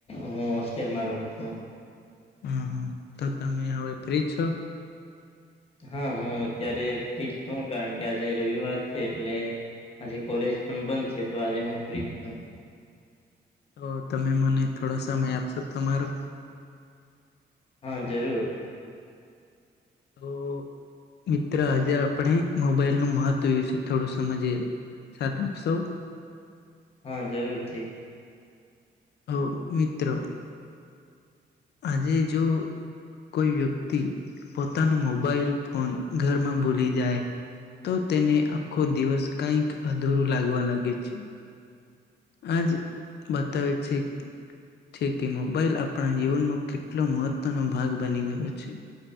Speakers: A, on the left; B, on the left.
A: હું હોસ્ટેલમાં રહું છું.
B: હમ હા તો તમે હવે ફ્રી જ છો?
A: હા હું અત્યારે ફ્રી જ છું કારણ કે આજે રવિવાર છે એટલે આજે કોલેજ પણ બંધ છે તો આજે હું ફ્રી જ છું
B: તો તમે મને થોડો સમય આપશો તમારો
A: હા જરૂર.
B: તો મિત્ર આજે આપણે મોબાઈલ નું મહત્વ વિશે થોડું સમજીએ, સાથ આપશો?
A: હા જરૂરથી.
B: તો મિત્ર આજે જો કોઈ વ્યક્તિ પોતાના મોબાઈલ ફોન ઘરમાં ભૂલી જાય તો તેને આખો દિવસ કઈક અધૂરું લાગવા લાગે છે. આજ બતાવે છે છે કે મોબાઈલ આપણા જીવન નો કેટલો મહત્વનો ભાગ બની ગયો છે.